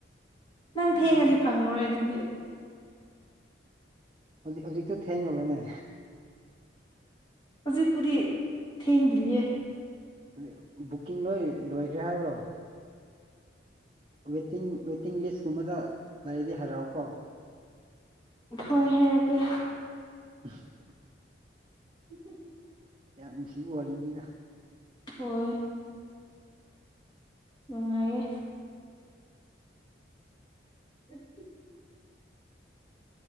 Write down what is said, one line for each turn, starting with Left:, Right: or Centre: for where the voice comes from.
Left: ꯅꯪ
Right: ꯅꯪꯅ
Left: ꯊꯦꯡꯉꯗꯤ
Right: ꯑꯃꯨꯛ
Left: ꯐꯪꯉꯔꯣꯏ ꯑꯗꯨꯗꯤ
Right: ꯍꯧꯖꯤꯛ ꯍꯧꯖꯤꯛꯇꯣ ꯊꯦꯡꯉꯂꯕꯅꯦ
Left: ꯍꯧꯖꯤꯛꯄꯨꯗꯤ ꯊꯦꯡꯗ꯭ꯔꯤꯌꯦ
Right: <inaudible> ꯕꯨꯛꯀꯤꯡ ꯂꯣꯏ ꯂꯣꯏꯈ꯭ꯔꯦ ꯍꯥꯏꯔꯣ ꯋꯦꯇꯤꯡ ꯋꯦꯇꯤꯡ ꯂꯤꯁꯀꯨꯝꯕꯗ ꯂꯩꯔꯗꯤ ꯍꯥꯏꯔꯛꯑꯣꯀꯣ
Left: ꯍꫭꯏ ꯍꯥꯏꯔꯛꯒꯦ
Right: <inaudible>
Left: ꯎꯝ <inaudible>
Right: ꯌꯥꯝ ꯅꯨꯡꯁꯤꯕ ꯋꯥꯔꯤꯅꯤꯗ
Left: ꯍꯣꯏ ꯅꯨꯡꯉꯥꯏꯌꯦ <inaudible>